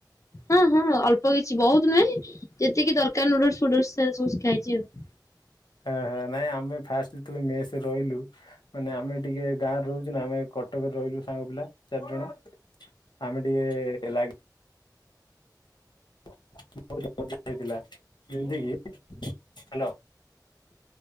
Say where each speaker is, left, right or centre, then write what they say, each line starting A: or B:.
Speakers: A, on the left; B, on the left.
A: ହଁ ହଁ ଅଳ୍ପ କିଛି ବହୁତ ନୁହେଁ ଯେତିକି ଦରକାର ନୁଡୁସ ଫୁଡୁଲସ ସବୁ ଶିକାଇଛି ଆଉ।
B: ହ ହ ନାଇଁ ଆମେ ଫାଷ୍ଟ ଯେତେବେଳେ ମେସ ରହିଲୁ ମାନେ ଆମେ ଟିକେ ଗାଁରେ ରହୁଛୁ ନା ଆମେ କଟକରେ ରହିଲୁ ସାଙ୍ଗ ପିଲା ଚାରି ଜଣ। ଆମେ ଟିକେ ଲାଗି <unintelligible> ଯେମିତି କିି ହ୍ୟାଲୋ